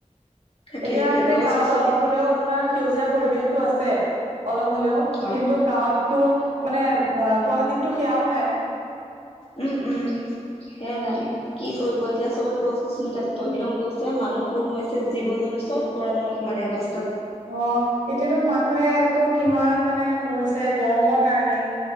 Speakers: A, on the left; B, on the right.
A: থাকে
B: এতিয়া মানে
A: গছ
B: গাঁৱত
A: গছনি
B: অলপ হলেও আপোনাৰ সেউজীয়া পৰিৱেশটো আছে অলপ হ'লেও
A: হয়
B: কিন্তু গাঁৱতটো মানে গুৱাহাটীততো সেয়াও নাই
A: ওম ওম সেয়া নাই কি কৰিব এতিয়া চবতে গছ গছনি কাটি তহি লং কৰিছে মানুহবোৰ মৰিছে হৈছে জীৱ জন্তু চব গৰমত মাৰে অৱচ
B: অ এতিয়াতো মানুহেটো কিমান মানে মৰিছে গৰমৰ কাৰণে